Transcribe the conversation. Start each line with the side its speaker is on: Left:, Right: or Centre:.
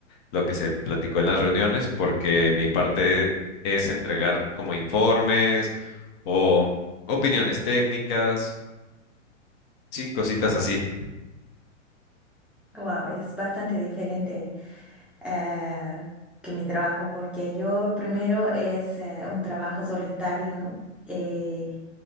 Left: lo que se platicó en las reuniones, porque mi parte es entregar como informes o opiniones técnicas, sí, cositas así.
Centre: Wow, es bastante diferente eh, que mi trabajo, porque yo primero es eh, un trabajo solitario, ¿no? Eh,